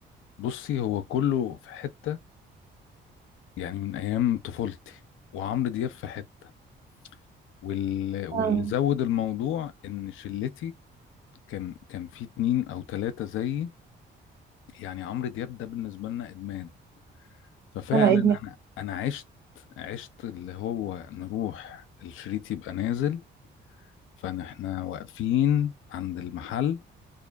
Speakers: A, on the left; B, on the right.
A: بصي هو كله في حتة يعني من ايام طفولتي وعمرو دياب في حتة وال... واللي
B: آه.
A: زود الموضوع ان شلتي كان كان في اتنين او تلاتة زيي يعني عمرو دياب ده بالنسبة لنا ادمان ففعلا
B: وانا ادمان
A: انا انا عشت عشت اللي هو نروح الشريط يبقى نازل فاحنا واقفين عند المحل